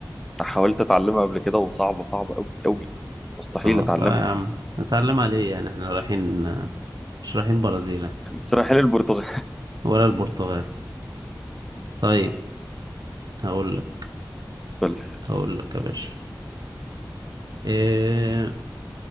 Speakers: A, in the centre; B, on the right.
A: حاولت اتعلمها قبل كده وصعبه صعبه قوي قوي مستحيل
B: اه
A: اتعلمها
B: لا يا عم نتعلم على ايه يعني احنا رايحين مش رايحين برازيل يعني،
A: شراحين البرتغال
B: ولا البرتغال طيب هقول لك
A: <laughs>
B: هقول لك يا باشا إيه